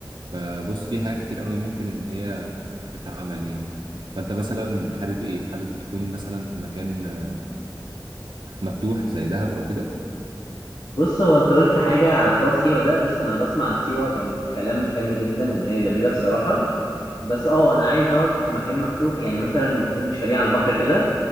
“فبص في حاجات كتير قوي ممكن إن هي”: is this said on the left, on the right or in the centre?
Right